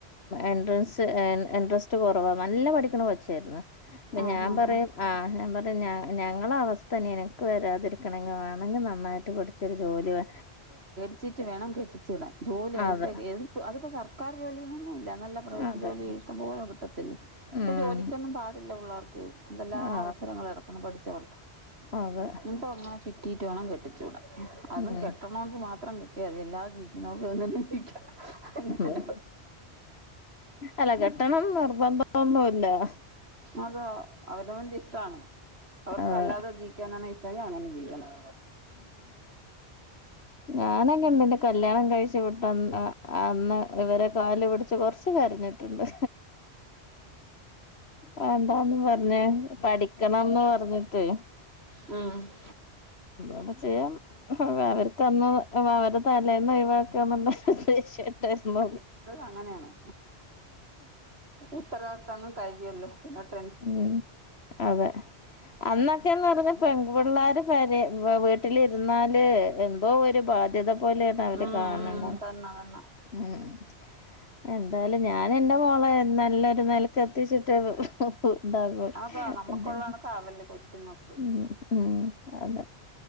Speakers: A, on the left; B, on the right.
A: എൻട്രൻസ് എൻട്രസ്- റ്റ് കൊറവാ നല്ല പഠിക്കണ കൊച്ചായിരുന്നു അപ്പ
B: ആഹ്
A: ഞാൻ
B: ആഹ്
A: പറയും- ആഹ് ഞാൻ പറയുംഞ ഞങ്ങള അവസ്ഥ നിനക്ക് വരാതിരിക്കണമെങ്കി വാ ണേല് നന്നായിട്ട് പഠിച്ചരു ജോലി വേ
B: വച്ചിട്ട് വേണം കെട്ടിച്ചു വിടാൻ ജോലിയായിയിട്ട്
A: അതെ
B: അതിപ്പോ സർക്കാർ ജോലിൊന്നുംഇല്ല നല്ല- പ്രൈവറ്റ്
A: അതെ
B: ജോലി ഇഷ്ടം പോലും കിട്ടത്തില്ലേ ഇപ്പൊ
A: ഉം
B: ജോലിക്കൊന്നും പാടില്ല പിള്ളേർക്ക്- എന്തെല്ലാം
A: ആ
B: അവസരങ്ങള് കെടക്കുന്നു പഠിച്ചവർക്ക്
A: അതെ
B: എന്നിട്ട് അങ്ങനെ കിട്ടീട്ട് വേണം കെട്ടിച്ചൂടാൻ- അതും
A: ഉം
B: കെട്ടണെങ്കി മാത്രം കെട്ടിയാ മതി എല്ലാതെ ജീവിക്കുന്നവർക്ക് അങ്ങനെ ജീവിക്കാം അങ്ങനെ
A: ഉം അല്ല കെട്ടണംന് നിർബന്ധംന്നുമില്ല-
B: അതാ അവനവൻ്റെ ഇഷ്ടമാണ് അവർക്ക്ല്ലാതെ
A: അതെ
B: ജീ ജീവിക്കാനാണ് ഇഷ്ടമെങ്കി അങ്ങനെ ജീവിക്കണം-
A: ഞാനെങ്കെ എന്തിന്റെ കല്യാണം കഴിച്ചു വിട്ട അന്ന് ഇവരെ കല് പിടിച്ച് കൊറച്ച് കരഞ്ഞ് - ട്ടുണ്ട്- വേണ്ടന്ന് പറഞ്ഞേ പഠിക്കണംന്ന് പറഞ്ഞിട്ട്-
B: മ് ഹ്-
A: അപ്പെ ചെയ്യാം- അവർക്ക്ന്ന് അവരുടെ തലേന്ന് ഒഴിവാക്കാന്നുള്ള ഉദ്ദേഷ്യട്ടായിരുന്നു-
B: അങ്ങ ഉത്തരദത്തന്നും കഴിയല്ലോ എന്നിട്ട്-
A: ഉം അതെ അന്നൊക്കെന്ന് പറഞ്ഞ പെങ്ക് പിള്ളേർ പരെ വീട്ടിലിരുന്നാല് എന്തോ ഒരു ബാധ്യത- പോലെയാണ് അവരെ
B: ഉം
A: കാണണു
B: ഉം തന്നെ തന്നെ
A: ഉം- എന്തായാലും ഞാൻ എന്റെ മോളെ നല്ലൊരു നിലക്ക്ത്തിച്ചിട്ടെ എന്താ കോൾ
B: അതാ നമ്മക്കുള്ള
A: പിന്നെ
B: കണക്ക് ആവല്ലേ കൊച്ചുങ്ങക്ക്
A: ഉം ഉം അതെ